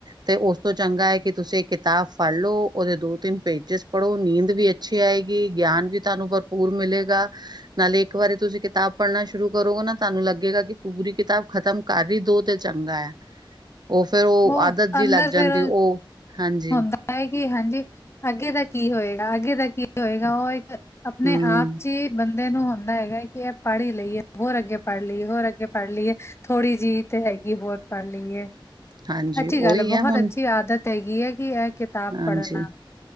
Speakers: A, on the right; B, on the left.
A: ਤੇ ਉਸ ਤੋਂ ਚੰਗਾ ਹੈ ਕਿ, ਤੁਸੀਂ ਇੱਕ ਕਿਤਾਬ ਫੜ ਲੋ, ਓਦੇ ਦੋ ਤਿੰਨ ਪੇਜ ਜੇ <inaudible> ਪੜ੍ਹੋ ਨੀਂਦ ਵੀ ਅੱਛੀ ਆਏਗੀ ਗਿਆਨ ਵੀ ਤੁਹਾਨੂੰ ਭਰਪੂਰ ਮਿਲੇਗਾ ਨਾਲੇ ਇੱਕ ਵਾਰੀ ਤੁਸੀ ਕਿਤਾਬ ਪੜ੍ਹਨਾ ਸ਼ੁਰੂ ਕਰੋਗੇ ਨਾ, ਤੁਹਾਨੂੰ ਲੱਗੇਗਾ ਕਿ ਪੂਰੀ ਕਿਤਾਬ, ਖ਼ਤਮ ਕਰ ਹੀ ਦੂ ਤੇ ਚੰਗਾ ਹੈ ਉਹ ਫੇਰ ਉਹ
B: ਔ,
A: ਆਦਤ ਜੀ
B: ਅੰਦਰ
A: ਲੱਗ ਜਾਂਦੀ
B: ਫੇਿਰ?
A: ਉਹ ਹਾਂਜੀ,
B: ਹੁੰਦਾ ਹੈ, ਕਿ ਹਾਂਜੀ ਅੱਗੇ ਦਾ ਕੀ ਹੋਏ? ਅੱਗੇ ਦਾ ਕੀ ਹੋਏਗਾ, ਉਹ ਇੱਕ ਆਪਣੇ
A: ਹੂੰ,
B: ਆਪ ਚ ਹੀ ਬੰ ਬੰਦੇ ਨੂੰ ਹੁੰਦਾ ਹੈਗਾ ਕਿ ਇਹ ਪੜ੍ਹੀ ਲਈਏ ਹੋਰ ਅੱਗੇ ਪੜ੍ਹ ਲਈਏ ਹੋਰ ਅੱਗੇ ਪੜ੍ਹ ਲਈਏ ਥੋੜ੍ਹੀ ਜਿਹੀ ਤੇ <unintelligible> ਅਸੀਂ, ਹੋਰ ਪੜ੍ਹ ਲਈਏ,
A: ਹਾਂਜੀ
B: ਅੱਛੀ
A: ਉਹੀ
B: ਗੱਲ ਹੈ, ਬਹੁਤ
A: ਹੁਣ
B: ਅੱਛੀ ਆਦਤ ਤੇ ਹੈਗੀ ਹੈ ਕਿ, ਐ ਕਿਤਾਬ
A: ਹਾਂਜੀ।
B: ਪੜ੍ਹਨਾ